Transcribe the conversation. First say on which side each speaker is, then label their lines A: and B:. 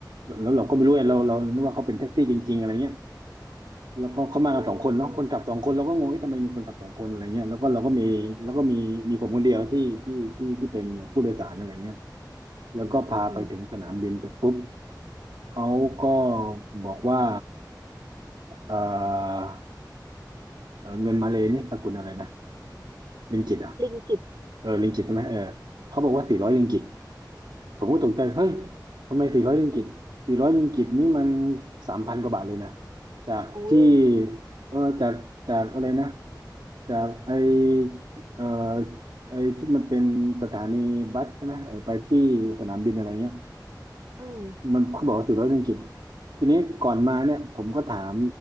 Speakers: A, on the right; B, on the right.
A: แล้วเราก็ไม่รู้ไงเราเรานึกว่าเขาเป็นแท็กซี่จริงๆอะไรเงี้ย แล้วก็เขามากันสองคนเนาะคนขับสองคนเราก็งงว่าทำไมมีคนขับสองคนอะไรเงี้ยแล้วก็เราก็มีแล้วก็มีมีผมคนเดียวที่ที่ที่ที่เป็นผู้โดยสารอะไรเงี้ย
B: อ๋อ
A: แล้วก็พาไปถึงสนามบินเสร็จปุ๊บ
B: อืม
A: เขาก็บอกว่าเออเอ่อเงินมาเลย์นี่สกุลอะไรนะริงกิตอ่ะ
B: ลิงกิต
A: เออริงกิตใช่ไหมเออเขาบอกว่าสี่ร้อยริงกิต ผมก็ตกใจเฮ้ยทำไมสี่ร้อยริงกิตสี่ร้อยริงกิตนี่มันสามพันกว่าบาทเลยนะจากที่
B: โอ้ย
A: เออจากจากอะไรนะจากไอเออไอที่มันเป็นสถานีบัสใช่ไหมเออไปที่สนามบินอะไรเงี้ย
B: อืม
A: มันเขาบอกว่าสี่ร้อยริงกิตทีนี้ก่อนมาเนี่ยผมก็ถาม